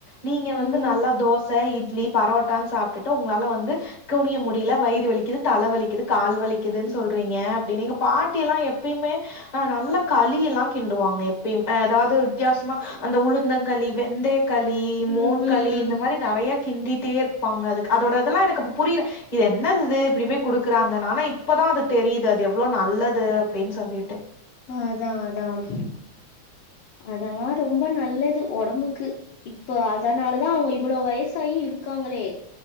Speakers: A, on the left; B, on the left.
A: நீங்க
B: ம்
A: வந்து நல்லா தோச இட்லி பரோட்டான் சாப்ட்டுட்டு உங்களால வந்து குனிய முடில வயிறு வலிக்குது தலை வலிக்குது கால் வலிக்குதுன் சொல்றீங்க அப்டின்னு எங்க பாட்டிலா எப்பய்மே அ நல்லா களில்லா கிண்டுவாங்க எப் பயும். அதாவ்து வித்யாசமா அந்த உளுந்தங்களி வெந்தய களி
B: ம்
A: மோர்களி இந்த மாரி நறையா கிண்டீட்டே இர்ப்பாங்க அதுக் அதோடதெல்லா எனக்கு அப்ப புரிர இது என்னது இது இப்டிபே குடுக்குறாங்க ஆனா இப்பதா அது தெரியுது அது எவ்ளோ நல்லது அப்டின்னு சொல்லிட்டு
B: ஆ அதா அதாம் அதெல்லா ரொம்ப நல்லது ஒடம்புக்கு இப்போ அதனாலதா அவுங்க இவ்ளோ வயசாயு இருக்காங்களே